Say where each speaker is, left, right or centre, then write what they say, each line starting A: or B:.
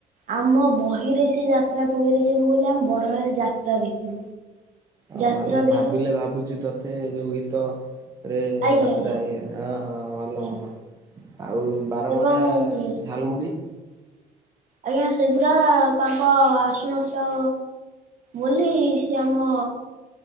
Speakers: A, on the right; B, on the right.
A: ଆମ ବହିରେ ସେ ଯାତ୍ରା ପକେଇ ଦେଇଛନ୍ତି ବୋଲି ଆମେ ବଡ ହେଲେ ଯାତ୍ରା ଦେଖିବୁ।
B: ହଁ
A: ଯାତ୍ରା
B: ମାନେ
A: ଦେଖିବେ
B: ଭାବିଲେ ଭାବୁଛି ତୋତେ ଯୋଉ ଗୀତ। ରେ
A: ଆଜ୍ଞା
B: ଯାତ୍ରା
A: ଆଜ୍ଞା
B: ଇଏ ଏଁ ହଁ ଭଲ
A: ଆଜ୍ଞା
B: ଭଲ ଆଉ। ବାରମଜା
A: ଏବଂ
B: ଝାଲମୁଡ଼ି।
A: ଆଜ୍ଞା ସେଗୁଡା ତାଙ୍କ ଆସୁନଥିଲ ବୋଲି ସେ ଆମ